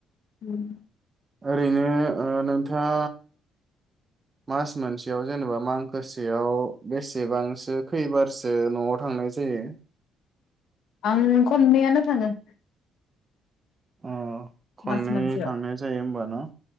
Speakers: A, on the left (about 55°); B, on the right (about 20°).
A: उम
B: ओरैनो ओ नोंथाङा मास मोनसेयाव जेनेबा मांखोसेयाव बेसेबांसो खैबारसो न'आव थांनाय जायो
A: आं खननैयानो थाङो
B: अ खननै
A: मास मोनसेयाव
B: थांनाय जायो होमबा न